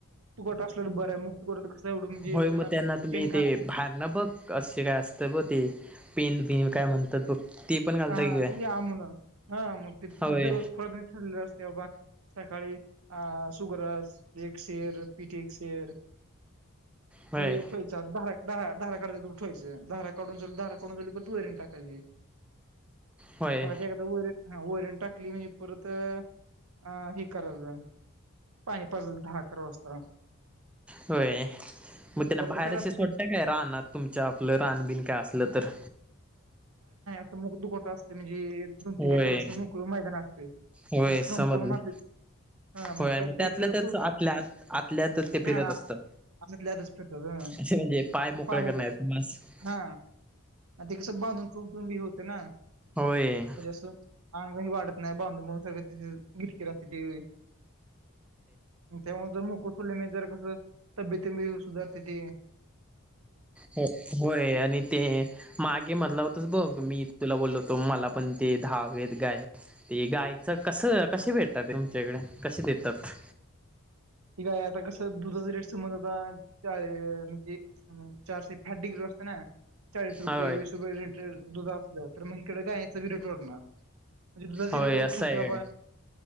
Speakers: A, on the right; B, in the centre.
A: तसलंच बर आहे मुक्त गोराचं कसं एवढं म्हणजे
B: होय
A: आपल्याला
B: मग
A: शेण
B: त्यांना तुम्ही
A: खाणं
B: ते भार ना बघ असे काय असत बघ ते पि ती काय म्हणतात ते पण घालता
A: हा
B: की काय
A: ते आमण हा मग ते
B: होय
A: रोज खोरत ठरलेले असते बाबा. सकाळी अ शुगर एक शेर, पिठे शेर
B: होय
A: फुले ठोयचा बारा धारा काढाय तू ठेवायचं धारा काढून धारा काढून झाली पण तू वैरण टाकायची.
B: होय
A: मग ते एगदा वर वैरण टाकली म्हणजे परत अं हे कराच पाणी पाजायचं दहा, अकरा वाजता.
B: होय. मग त्यांना
A: परत
B: बाहेरशी
A: काय रात्री
B: सोडत काय रानात तुमच आपलं रानबिन काय असलं तर
A: मुक दुकोटा असते, म्हणजे दोन,
B: होय
A: तीन अकरा असत मोकळ मैदान असते.
B: होय
A: न अशी
B: समजलं
A: कंपाउंड मारती. हा
B: होय
A: मुख्यत
B: आणि मग त्यातल्या
A: एक
B: त्याच
A: सूट
B: आतल्या आतल्यातच ते फिरत
A: हत
B: असतात असे म्हणजे
A: <unintelligible>
B: पाय मोकळे
A: पाणी
B: करणार किंवा असं
A: हा ते कस बांधून टून टून बी हो ना
B: होय
A: म्हणजे अस अंगही वाढत नाही बांध म् गटकी राहते ते त्यामुळ जर मुक सोडले म जर कसं तब्येतबी सुधारती ती.
B: हो होय आणि ते मागे म्हणाला होतास बघ मी तुला बोलल होतो मला पण ते धावेत गाय ते गायचं कसं कसे भेटतात ते तुमच्याकडे? कसे देतात?
A: त काय आता कसं दुधाचा रेट समज आता चार म्हणजे चारशे फहाठ डग्री वाजते ना चाळीस रुपये
B: होय
A: वीस रुपये रेट दुध असलं तर मग इकडे गायचा बिरटरणार म्हणजे तुझा
B: होय
A: जिरटोवर
B: असं
A: ठरते
B: आहे
A: बाबा
B: काय